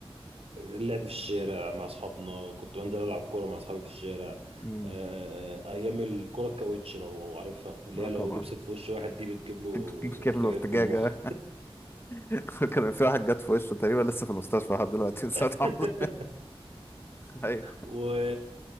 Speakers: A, on the right; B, on the left.
A: آه، اللعب في الشارع مع اصحابنا كنت بنزل العب كوره مع اصحابي في الشارع آه،
B: مم.
A: آه، آه، ايام الكوره الكاوتش لو عارفها اللي
B: اه
A: هي
B: طبعا
A: لو لبست في وش واحد دي بتجيب له
B: <laughs> كامل
A: ارتجاج
B: ارتجاجة
A: في المخ
B: <laughs> كان في واحد جت في وشه تقريبا لسه في المستشفى لحد دلوقتي <laughs> من ساعة
A: <laughs>
B: ما حصل. <laughs> ايوه
A: و...